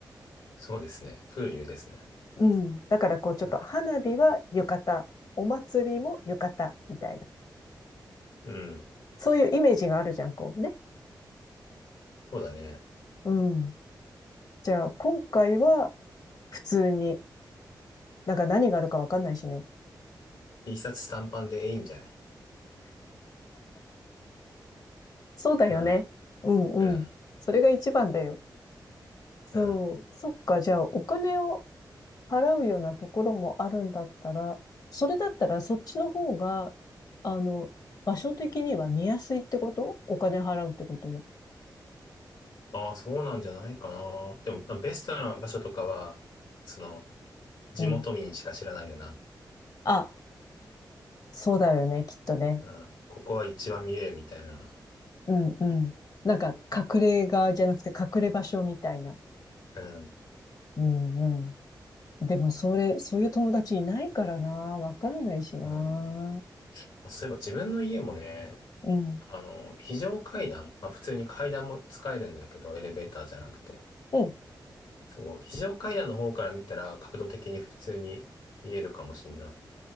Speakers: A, on the left; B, on the left.
A: そうですね。風流ですね。
B: うん。だからこうちょっと花火は浴衣、
A: はい。
B: お祭りも浴衣みたいな。
A: うん。
B: そういうイメージがあるじゃん、こうね。
A: そうだね。
B: うん。じゃあ、今回は普通に、なんか何があるかわかんないしね。
A: T シャツ短パンでいいんじゃない
B: そうだよね。
A: うん。
B: うんうん。
A: うん。
B: それが一番だよ。そう。
A: うん。
B: そっか。じゃあ、お金を払うようなところもあるんだったら、それだったらそっちの方が、あの、場所的には見やすいってことお金払うってことは。
A: ああ、そうなんじゃないかな。でも、まあベストな場所とかは、その、地元民しか知らないよな。
B: うん。あ、そうだよね、きっとね。
A: うん。ここは一番見えるみたいな。
B: うんうん。なんか、隠れ家じゃなくて隠れ場所みたいな。
A: うん。
B: うんうん。でも、それ、そういう友達いないからな。わかんないしな。
A: うん。
B: う
A: あ、そういえば自分の家もね、
B: ん。
A: あの、非常階段、まあ普通に階段も使えるんだけど、エレベーターじゃなくて。
B: うん。
A: そう、非常階段の方から見たら角度的に普通に見えるかもしんない。